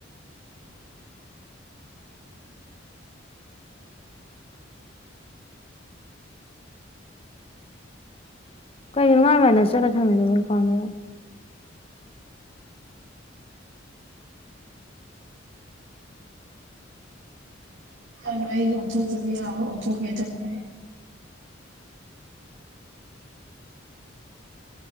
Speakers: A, on the left; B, on the right.
A: ꯀꯩꯒꯤꯃꯥꯏ ꯃꯅ ꯆꯠ ꯊꯃꯤꯗꯨꯣ ꯄꯥꯎꯝꯗꯣ
B: ꯌꯥꯔꯣꯏ ꯑꯩ ꯑꯣꯟꯊꯣꯛꯇꯗꯤ ꯌꯥꯔꯣꯏ ꯑꯣꯟꯊꯣꯛꯀꯦ ꯑꯗꯨꯅꯤ